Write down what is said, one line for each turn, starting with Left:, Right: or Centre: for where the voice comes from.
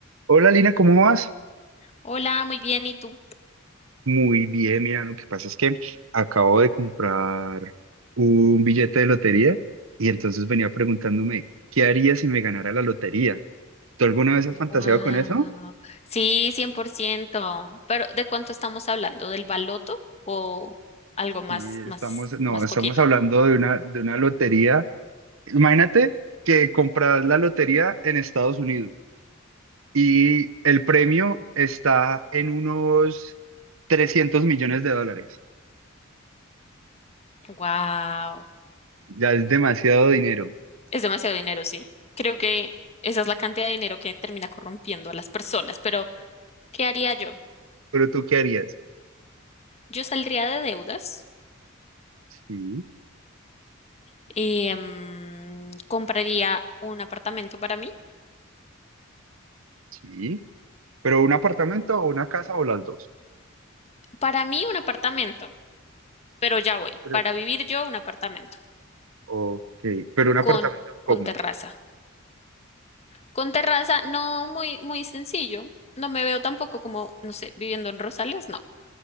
Right: Hola Lina, ¿cómo vas?
Left: Hola, muy bien, ¿y tú?
Right: Muy bien, mira, lo que pasa es que acabo de comprar un billete de lotería y entonces venía preguntándome, ¿qué haría si me ganara la lotería? ¿Tú alguna vez has fantaseado
Left: Wow.
Right: con eso?
Left: Sí, 100%. Pero ¿de cuánto estamos hablando? ¿Del baloto o algo más
Right: Sí, estamos,
Left: más
Right: no,
Left: más
Right: estamos
Left: poquito?
Right: hablando de una, de una lotería. Imagínate que compras la lotería en Estados Unidos y el premio está en unos 300 millones de dólares.
Left: Wow.
Right: Ya es demasiado dinero,
Left: Es demasiado dinero, sí. Creo que esa es la cantidad de dinero que termina corrompiendo a las personas, pero ¿qué haría yo?
Right: pero ¿tú qué harías?
Left: Yo saldría de deudas
Right: Sí.
Left: y mm, compraría un apartamento para mí.
Right: Sí, pero un apartamento o una casa o las dos.
Left: Para mí un apartamento, pero ya voy.
Right: Pero,
Left: Para vivir yo un apartamento
Right: ok, pero un apartamento,
Left: con con
Right: ¿cómo?
Left: terraza. Con terraza, no muy, muy sencillo. No me veo tampoco como, no sé, viviendo en Rosales, no,